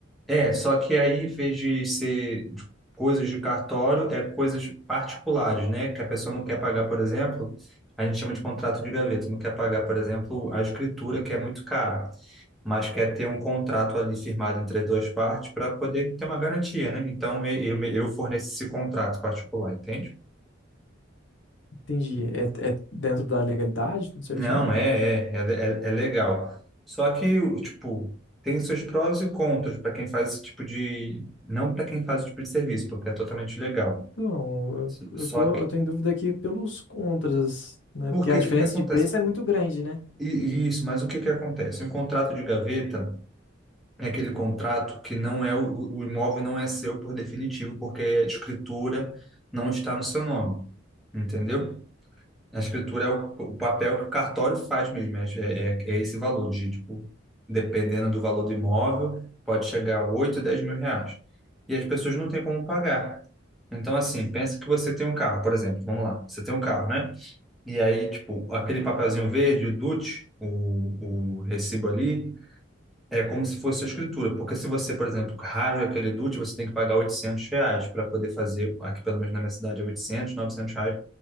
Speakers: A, in the centre; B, on the left.
A: é, só que aí, em vez de ser de coisas de cartório, é coisas particulares, né? Que a pessoa não quer pagar, por exemplo, a gente chama de contrato de gaveta, não quer pagar, por exemplo, a escritura, que é muito caro, mas quer ter um contrato ali firmado entre as duas partes para poder ter uma garantia, né? Então, eu, eu forneço esse contrato particular, entende?
B: Entendi. É, é dentro da legalidade, tudo certinho?
A: Não, é, é, é, é é legal. Só que, o- tipo, tem seus prós e contras para quem faz esse tipo de. Não para quem faz esse tipo de serviço, porque é totalmente legal.
B: Então, eu,
A: Só
B: eu tô,
A: que,
B: eu tô em dúvida aqui pelos contras, né?
A: porque
B: Porque a diferença
A: o que que acontece?
B: de preço é muito grande, né?
A: E, e isso, mas o que que acontece? Um contrato de gaveta é aquele contrato que não é o, o imóvel não é seu por definitivo, porque a escritura não está no seu nome, entendeu? A escritura é o, o papel que o cartório faz mesmo, é, é, é é esse valor de, tipo, dependendo do valor do imóvel, pode chegar a 8, 10 mil reais. E as pessoas não têm como pagar. Então, assim, pensa que você tem um carro, por exemplo, vamos lá, você tem um carro, né? E aí, tipo, aquele papelzinho verde, o DUT, o, o recibo ali, é como se fosse a escritura. Porque se você, por exemplo, rasga aquele DUT, você tem que pagar 800 reais para poder fazer, aqui pelo menos na minha cidade é 800, 900 reais,